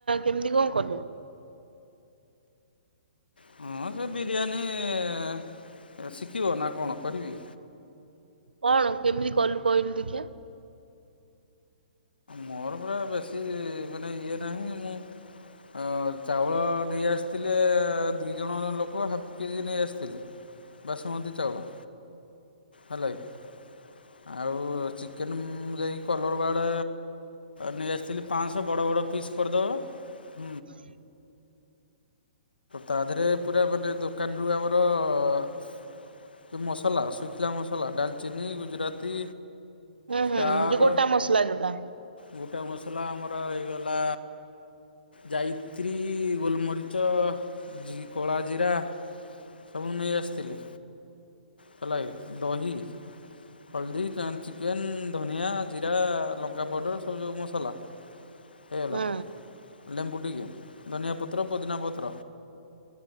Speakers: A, on the right; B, on the left.
A: କେମିତି କଣ କଲୁ।
B: ହଁ ସେ ବିରିୟାନୀ ଶିଖିବ ନା କଣ କରିବି?
A: କଣ କେମିତି କଲୁ କହିଲୁ ଦେଖିବା?
B: ମୋର ପୁରା ବେଶୀ ମାନେ ଇଏ ନାହିଁ ମୁଁ ଅ। ଚାଉଳ ନେଇ ଆସିଥିଲି ଦୁଇ ଜଣ ଲୋକ ହାପ୍। କେଜି ନେଇ ଆସିଥିଲି ବାସୁମତୀ ଚାଉଳ। ହେଲା କି ଆଉ ଚିକେନ ମୁ ଯାଇକି କଲର ବାଡ୍। ନେଇ ଆସିଥିଲି ପାଁଶ ବଡ ବଡ ପିସ୍ କରିଦବ
A: <inaudible>
B: ତା ଦେହରେ ପୁରା ମାନେ ଦୋକାନରୁୁ ଆମର ଅ- ମସଲା ଆସୁଚି। ଗୋଟା ମସଲା ଡାଲଚିନୀ ଗୁଜୁରାତି
A: ହୁଁ
B: ଷ୍ଟାର୍
A: ହୁଁ ଯେ ଗୋଟା ମସଲା ଯୋଟା।
B: ଗୋଟା ମସଲା ଆମର ହେଇଗଲା ଯାୟିତ୍ରୀ ଗୋଲମରିଚ ଜି-କଳା ଜିରା ସବୁ ନେଇ ଆସିଥିଲି। ଫଲାଇ ଦହି। ହଳଦୀ ଚିକେନ ଧନିଆ ଜିରା ଲଙ୍କା ପାଉଡର ସବୁ ସବୁ ମସଲା। ହେଇଗଲା
A: ହୁଁ
B: ଲେମ୍ବୁ। ଧନିଆ ପତ୍ର ପୋଦିନା ପତ୍ର